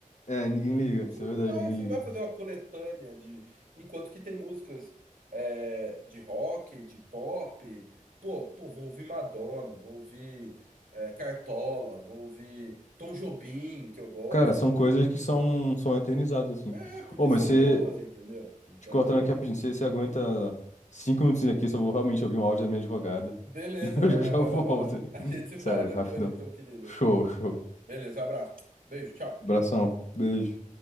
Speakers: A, on the left; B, on the right.
A: É, ninguém liga.
B: Você
A: Isso
B: não
A: é verdade,
B: vai,
A: ninguém
B: você
A: liga.
B: não vai fazer uma coletânea de, enquanto que tem músicas é, de rock, de pop, pô, pô, vou ouvir Madonna, vou ouvir é, Cartola, vou ouvir Tom Jobim, que eu gosto.
A: Cara, são coisas que são, são eternizadas, assim.
B: É, porque
A: Ô, mas
B: são
A: você,
B: boas, entendeu? Então,
A: te cortando aqui rapidinho, você, você aguenta cinco minutinhos aqui, só vou realmente ouvir um áudio da minha advogada. <laughs>
B: beleza,
A: E eu
B: vai
A: já
B: lá,
A: já
B: vai
A: volto.
B: lá, vai lá.
A: aí.
B: A gente se fala
A: Sério,
B: depois,
A: rapidão.
B: então, querido.
A: Show, show.
B: Beleza, um abraço. Beijo, tchau.
A: Abração. Beijo.